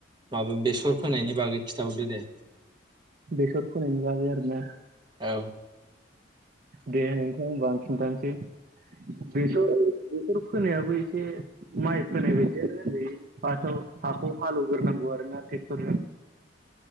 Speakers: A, on the right (about 25°); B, on the right (about 45°).
A: माबा बेसर फोनायनि बागै खिथाहरदो दे
B: बेसर फोनायनि बागै आरोना
A: औ
B: दे नोंख बांसिनथानोसै। बेस बेफोर फोनायाबो एसे माइ फोनाय बायदियानो होनजायो फासआव हाखौ हालौवग्रोनांगौ आरो ना ट्रेक्टरजों